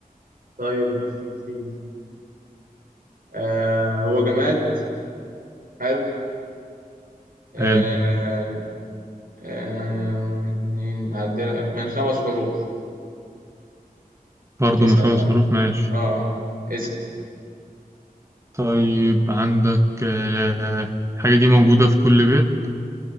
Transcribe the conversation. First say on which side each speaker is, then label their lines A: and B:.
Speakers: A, on the right; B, on the right.
A: طيب بص يا سيدي آه هو جماد حلو آه
B: حلو
A: آه، اتنين عدل من خمس حروف
B: برضه
A: اسأل
B: من خمس
A: بقى
B: حروف ماشي
A: اه اسأل
B: طيب عندك آه، الحاجة دي موجودة في كل بيت